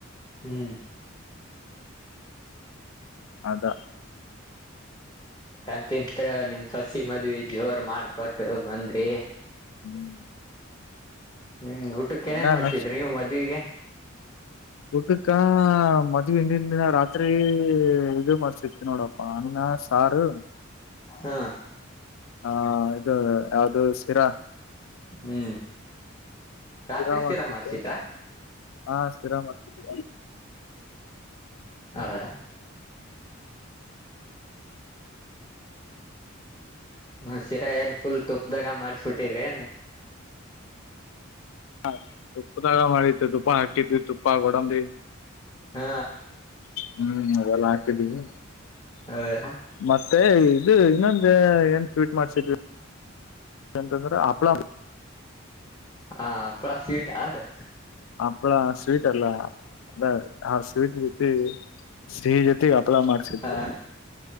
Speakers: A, on the left; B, on the left.
A: ಹ್ಮ್
B: ಅದ
A: ಅಂತ ನಿಮ್ ಸಸಿ ಮದ್ವಿ ಜೋರ್ ಮಾಡ್ಕೊಟ್ಟು ಬಂದ್ರಿ
B: ಹ್ಮ್
A: ಹ್ಮ್ ಊಟಕ್ಕೆ
B: ಇನ್ನ
A: ನೇನ್ ಮಾಡ್ಸಿದ್
B: ನೆಕ್ಸ್ಟ್
A: ನೀವು ಮದ್ವಿಗೆ
B: ಊಟಕ್ಕ ಮದವಿ ಹಿಂದಿನ ದಿನ ರಾತ್ರಿ ಇದು ಮಾಡ್ತ ಸಿತ ನೋಡಪ್ಪ ಅಣ್ಣ ಸಾರು
A: ಹ್ಮ್
B: ಹ ಇದು ಯಾವ್ದದು ಶಿರಾ
A: ಹ್ಮ್ ರಾತ್ರಿ
B: ಸಿರ ಮಾಡ್ಸಿದ್ದೆ
A: ಶಿರಾ ಮಾಡ್ಸಿದ್ರಾ
B: ಹಾ ಸಿರ ಮಾಡ್ಸಿದ್ದೆ
A: ಹೌದಾ ಹ ಶಿರಾ ಏನ್ ಫುಲ್ ತುಪ್ಪದಾಗ ಮಾಡ್ಸಬಿಟ್ಟಿದ್ರಿ ಏನು
B: ಹ ತುಪ್ಪದಾಗ ಮಾಡವಿ ತುಪ್ಪ ಹಾಕಿದ್ವಿ ತುಪ್ಪ ಕೊಡಂಬಿ
A: ಹಾ
B: ಹ್ಮ್ ಅದೆಲ್ಲ ಹಾಕಿದೀವಿ
A: ಹೌದಾ
B: ಮತ್ತೆ ಇದು ಇನ್ನೊಂದ ಏನ್ ಸ್ವೀಟ್ ಮಾಡ್ಸಿದ್ವಿ ಏನಂತಂದ್ರ ಹಪ್ಪಳ ಮ
A: ಹಾ ಹಪ್ಪಳ ಸ್ವೀಟ್ ಅದು
B: ಹಪ್ಳ ಸ್ವೀಟ್ ಅಲ್ಲ ಅದ ಹಾ ಸಿಹಿದ ಜೊತೆ ಸಿಹಿ ಜೊತೆಗೆ ಹಪ್ಪಳ ಮಾಡ್ಸಿದ್ವಿ
A: ಹಾ